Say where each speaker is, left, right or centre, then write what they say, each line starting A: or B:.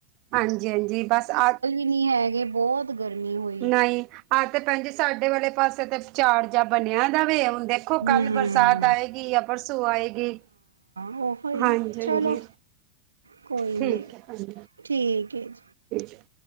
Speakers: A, on the right (about 40°); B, on the right (about 75°).
A: ਹਾਂਜੀ ਹਾਂਜੀ ਬਸ ਆ
B: ਨੀ ਹੈਗੇ ਬਹੁਤ ਗਰਮੀ ਹੋ
A: ਨਈ ਆਜ ਤੇ ਭੈਣ ਜੀ ਸਾਡੇ ਵਾਲੇ ਪਾਸੇ ਤੇ ਚਾੜ ਜਆ ਬਣਿਆ ਦਾਵੇ ਹਦੇ ਦੇਖੋ
B: ਹੂੰ
A: ਕੱਲ ਬਰਸਾਤ ਆਏਗੀ ਯਾ ਪਰਸੋਂ ਆਏਗੀ।
B: ੋ ਹੀ
A: ਹਾਂਜੀ-ਹਾਂਜੀ
B: ਚਲੋ ਕੋਈ ਨਹੀਂ
A: ਠੀਕ ਹੈ ਭੈਣ ਜੀ
B: ਠੀਕ ਹੈ ਜੀ।
A: ਠੀਕ ਹੈ।